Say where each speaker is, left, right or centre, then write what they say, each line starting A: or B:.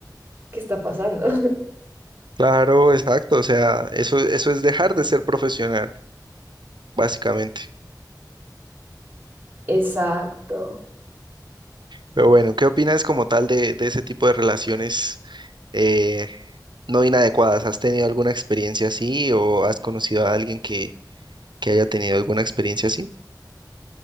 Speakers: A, on the right; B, on the right.
A: ¿qué está pasando? <laughs>
B: Claro, exacto, o sea, eso, eso es dejar de ser profesional, básicamente.
A: Exacto.
B: Pero bueno, ¿qué opinas como tal de, de ese tipo de relaciones eh, no inadecuadas? ¿Has tenido alguna experiencia así o has conocido a alguien que que haya tenido alguna experiencia así.